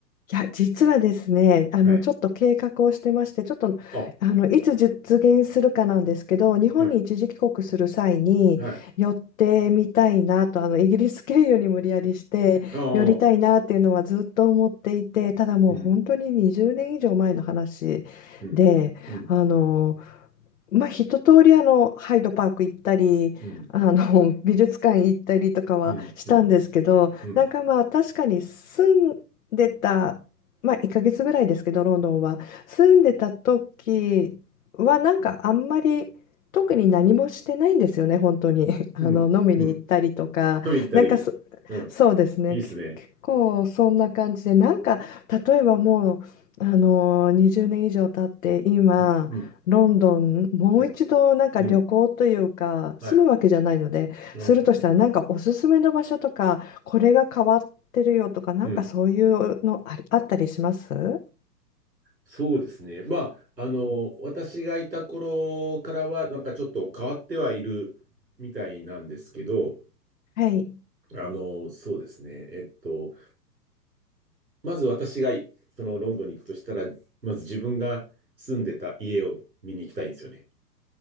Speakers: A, on the left (about 55°); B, on the right (about 85°).
A: いや、実はですね、あの、
B: はい。
A: ちょっと計画をしてまして、ちょっと、
B: あ、は
A: あの、いつ実現するかなんですけど、日本に一時帰国する際に寄ってみたいなと、
B: い、はい。
A: あの、イギリス経由に無理やりして寄りたいなっていうのはずっと思っていて、
B: ああ、
A: ただもう本当に20年以上前の話
B: うん、うん、
A: で、
B: うん、
A: あの、まあ、一通りあのハイドパーク行ったりあの
B: うん、
A: <laughs> 美術館行ったりとかはしたんですけどなんかまあ確かに住ん出た、
B: うん、うん、うん、
A: まあ、1ヶ月ぐらいですけどロンドンは住んでた時はなんかあんまり特に何もしてないんですよね本当に <laughs> あの飲みに行ったりとかなんかそ、
B: うん、うん。ミリタリー。うん。
A: そうですねけ結構そんな感じでなんか例えばもうあの20年以上経って今ロンドンもう一度なんか旅行というか住むわけじゃないのでするとしたらなんかおすすめの場所とかこれが変わってるよとか、
B: いいっすね。うん、うん、うん、うん。はい。うん、うん、うん。
A: なんかそういうのあり、
B: うん
A: あったりします
B: そうですね。まあ、あの、私がいた頃からは、なんかちょっと変わってはいるみたいなんですけど、
A: はい。
B: あの、そうですね。えっと、まず私がいそのロンドンに行くとしたら、まず自分が住んでた家を見に行きたいんですよね。